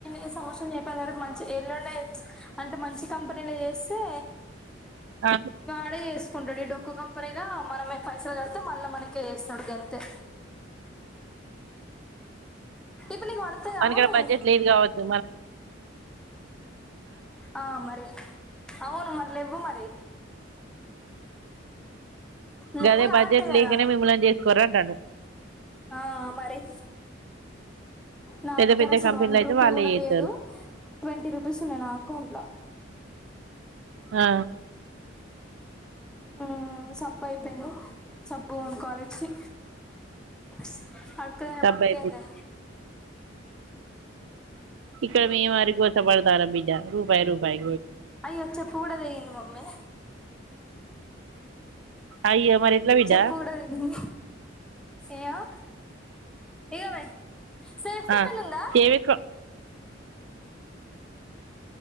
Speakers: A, in the centre; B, on the right (about 70°).
A: ఈ సంవత్సరం <unintelligible> ఎల్లుండే అంటే మంచి కంపెనీల చేస్తే
B: ఆ
A: వాడే ఎస్ కుండ ఈ డొకు కంపెనీగా మనమే పైసలు కదత్తం మళ్ళా మనకె ఏస్తుాడు గంతే ఇప్పుడు నీకు పడతాయా
B: మన
A: మమ్మీ
B: ఇక్కడ బడ్జెట్ లేదు కావచు మన
A: ఆ మరి అవును మరి లెవ్వు మరి లెవ్వు
B: గదే
A: కాబట్టే
B: బడ్జెట్
A: కదా
B: లేకనే మిమ్మల్ని చేసుకోర్రు అంటాండు
A: ఆ మరి నా
B: పెద్ద
A: దగ్గర
B: పెద్ద
A: అసలు
B: కంపెనీలు
A: వన్
B: అయితే
A: రూపీ
B: వాళ్ళే
A: గుడా
B: చేత్తారు
A: లేదు. ట్వంటీ రూపీస్ ఉన్నయి నా అకౌంట్ల
B: ఆ
A: ఆ సబ్బయిపోయింది సబ్బు కాలేజ్ ఫీ బస్ అడుక్క తినే
B: డబ్బయిపో
A: బతుకైంది.
B: ఇక్కడ మేం హరి గోస పడతాన్నం బిడ్డ రూపాయి రూపాయి
A: అయ్యో చెప్పు గూడా తెగింది మమ్మీ
B: అయ్యో మరి ఎట్లా బిడ్డ
A: చెప్పు గుడ తెగింది. ఏమో ఇగోవే సేఫ్టీ
B: ఆ
A: పిన్ ఉందా
B: ఏవేసుకో